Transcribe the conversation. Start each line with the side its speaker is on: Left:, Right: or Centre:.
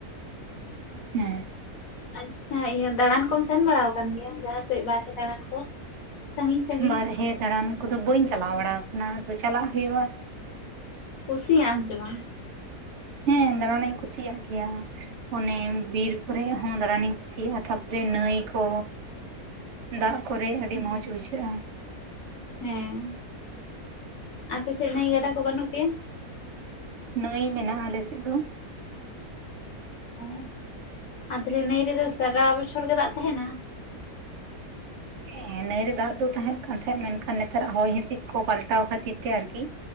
Right: ᱦᱮᱸ
Left: ᱟᱪᱪᱷᱟ ᱤᱭᱟᱹ ᱫᱟᱬᱟᱱ ᱠᱚᱢ ᱥᱮᱱ ᱵᱟᱲᱟ ᱟᱠᱟᱱ ᱜᱮᱭᱟ? ᱡᱟᱦᱟᱸ ᱥᱮᱫ ᱵᱟᱦᱨᱮ ᱫᱟᱬᱟᱱ ᱠᱚ ᱥᱟᱺᱜᱤᱧ ᱥᱟᱺᱜᱤᱧ
Right: ᱵᱟᱨᱦᱮ ᱫᱟᱬᱟᱱ ᱠᱚᱫᱚ ᱵᱟᱹᱧ ᱪᱟᱞᱟᱣ ᱵᱟᱲᱟ ᱟᱠᱟᱱᱟ ᱟᱫᱚ ᱪᱟᱞᱟᱜ ᱦᱩᱭᱩᱜ-ᱟ
Left: ᱠᱩᱥᱤᱭᱟᱜ ᱟᱢ ᱥᱮ ᱵᱟᱝ?
Right: ᱦᱮᱸ ᱫᱟᱬᱟᱱ ᱤᱧ ᱠᱩᱥᱤᱭᱟᱜ ᱜᱮᱭᱟ ᱚᱱᱮ ᱵᱤᱨ ᱠᱚᱨᱮ ᱦᱚᱸ ᱫᱟᱬᱟᱱᱤᱧ ᱠᱩᱥᱤᱭᱟᱜ-ᱟ ᱛᱟᱨᱯᱚᱨᱮ ᱱᱟᱹᱭ ᱠᱚ
Left: <inaudible>
Right: ᱫᱟᱜ ᱠᱚᱨᱮ ᱟᱹᱰᱤ ᱢᱚᱡᱽ ᱵᱩᱡᱷᱟᱹᱜ-ᱟ
Left: ᱦᱮᱸ ᱟᱯᱮ ᱥᱮᱫ ᱱᱟᱹᱭ ᱜᱟᱰᱟ ᱠᱚ ᱵᱟᱹᱱᱩᱜ ᱜᱮᱭᱟ?
Right: ᱱᱟᱹᱭ ᱢᱮᱱᱟᱜ-ᱟ ᱟᱞᱮᱥᱮᱫ ᱫᱚ
Left: <unintelligible> ᱟᱨ ᱛᱟᱦᱚᱞᱮ ᱱᱟᱹᱭ ᱨᱮᱫᱚ ᱥᱟᱨᱟ ᱵᱚᱪᱷᱚᱨ ᱜᱮ ᱫᱟᱜ ᱛᱟᱦᱮᱱᱟ? <inaudible>
Right: ᱦᱮᱸ ᱱᱟᱹᱭ ᱨᱮ ᱫᱟᱜ ᱫᱚ ᱛᱟᱦᱮᱱ ᱠᱟᱱ ᱛᱟᱦᱮᱸᱫᱚ ᱢᱮᱱᱠᱷᱟᱱ ᱱᱮᱛᱟᱨᱟᱜ ᱦᱚᱭ ᱦᱤᱸᱥᱤᱫ ᱠᱚ ᱯᱟᱞᱴᱟᱣ ᱠᱷᱟᱹᱛᱤᱨ ᱛᱮ ᱟᱨᱠᱤ